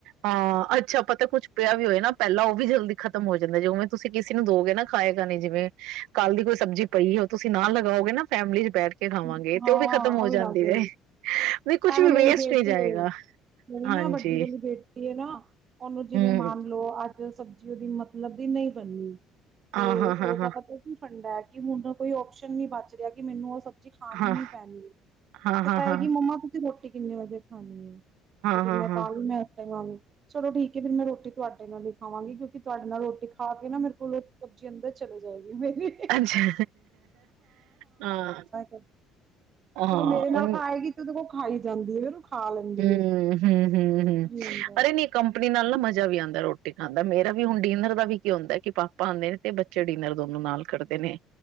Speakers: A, on the right; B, on the right.
A: ਹਾਂ ਅੱਛਾ ਪਤਾ ਕੁੱਛ ਪਿਆ ਵੀ ਹੋਏ ਨਾ ਪਹਿਲਾਂ ਉਹ ਵੀ ਜਲਦੀ ਖ਼ਤਮ ਹੋ ਜਾਂਦਾ, ਜਵੇਂ ਤੁਸੀਂ ਕਿਸੇ ਨੂੰ ਦੋਗੇ ਨਾ ਖਾਏ ਖਾਣੇ ਜਿਵੇਂ ਕੱਲ੍ਹ ਦੀ ਕੋਈ ਸਬਜ਼ੀ ਪਈ ਉਹ ਤੁਸੀਂ ਨਾਲ ਲਗਾਓਗੇ ਨਾ ਫੈਮਲੀ ਚ ਬੈਠ ਕੇ ਖਾਵਾਂਗੇ
B: ਹਾਂ
A: ਤੇ ਖਤਮ
B: ਉਹ
A: ਹੋ
B: ਵੀ
A: ਜਾਂਦੀ
B: ਲੱਗ ਜੇਗੀ,
A: ਜੇ ਨਹੀਂ ਕੁਛ
B: ਏਵੇ
A: ਵੀ ਵੇਸਟ
B: ਮੇਰੀ ਬੇਟੀ
A: ਨਹੀਂ ਜਾਏਗਾ
B: ਏ ਮੇਰੀ
A: ਹਾਂਜੀ
B: ਨਾ ਵੱਡੀ ਵਾਲੀ ਬੇਟੀ ਨਾ ਉਹਨੂੰ ਜਿਵੇਂ
A: ਹੂੰ
B: ਮੰਨ ਲਓ ਅੱਜ ਸਬਜੀ ਉਹਦੀ ਮਤਲਬ ਦੀ ਨਹੀਂ ਬਣੀ ਤੇ
A: ਹਾਂ ਹਾਂ
B: ਉਹ
A: ਹਾਂ ਹਾਂ
B: ਤਾਂ ਪਤਾ ਕੀ ਫੰਡਾ ਐ ਕਿ ਹੁਣ ਕੋਈ ਓਪਸ਼ਨ ਨੀ ਬਚ ਰਿਹਾ ਕਿ ਮੈਨੂੰ ਉਹ ਸਬ ਜੀ ਖਾਣੀ
A: ਹਾਂ
B: ਹੀ ਪੈਣੀ ਏ
A: ਹਾਂ
B: ਤੇ
A: ਹਾਂ
B: ਕਹੇਗੀ
A: ਹਾਂ
B: ਮੰਮਾ ਤੁਸੀ ਰੋਟੀ ਕਿੰਨੇ ਵਜੇ ਖਾਣੀ ਏ। ਤੇ ਫਿਰ
A: ਹਾਂ ਹਾਂ
B: ਮੈਂ ਕਾਹਾਂਗੀ
A: ਹਾਂ
B: ਵੀ ਮੈਂ <unintelligible> ਚਲੋ ਠੀਕ ਹੈ ਫਿਰ ਮੈਂ ਰੋਟੀ ਤੁਹਾਡੇ ਨਾਲ ਹੀ ਖਾਵਾਂਗੀ ਕਿਉਂਕਿ ਤੁਹਾਡੇ ਨਾਲ ਰੋਟੀ ਖਾ ਕੇ ਨਾ ਮੇਰੇ ਕੋਲ ਸਬਜ਼ੀ ਅੰਦਰ ਚਲੇ ਜਾਏਗੀ। ਮੇਰੀ
A: ਅੱਛਾ ਹਾਂ।
B: <inaudible>
A: ਹਾਂ
B: ਫਿਰ ਉਹ ਮੇਰੇ ਨਾਲ ਖਾਏਗੀ ਤੇ ਉਹਦੇ ਕੋਲ ਖਾਈ ਜਾਂਦੀ <unintelligible>
A: ਹੰਮ
B: ਹੈ
A: ਹੰਮ, ਹੰਮ-ਹੰਮ,
B: ਕੁਛ ਵੀ ਹੁੰਦਾ
A: ਅਰੇ ਨੀ ਕੰਪਨੀ ਨਾਲ ਨਾ ਮਜ ਜਾ ਵੀ ਆਉਂਦਾ ਰੋਟੀ ਖਾਂਣ ਦਾ ਮੇਰਾ ਵੀ ਹੁਣ ਡਿਨਰ ਦਾ ਵੀ ਕੀ ਹੁੰਂਦਾ ਐ ਕਿ ਪਾਪਾ ਆਂਦੇ ਨੇ ਤੇ ਬੱਚੇ ਡਿਨਰ ਦੋਨੋ ਨਾਲ ਕਰਦੇ ਨੇ